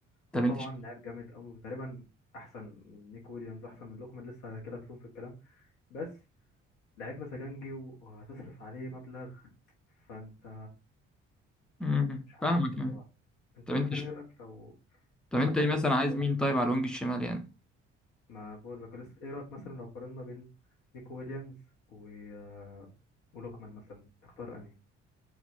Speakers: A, in the centre; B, on the left (about 60°).
A: طب
B: هو طبعا
A: انت ش...
B: لاعب جامد قوي وتقريبا احسن من نيكو ويليامز احسن من لوكمان لسه هجيلك فيهم في الكلام بس لعيب مزاجنجي وهتصرف عليه مبلغ فانت
A: مم.
B: مش عارف
A: فاهمك
B: بصراحة
A: يعني.
B: انت
A: طب
B: مثلا
A: انت ش...
B: ايه رأيك لو
A: طب
B: لو
A: انت
B: مثلا
A: إيه مثلا
B: قارنا
A: عايز مين طيب على الوينج الشمال يعني
B: ما بقول لك لسه ايه رأيك مثلا لو قارنا بين نيكو ويليامز و آه، ولوكمان مثلا تختار انهي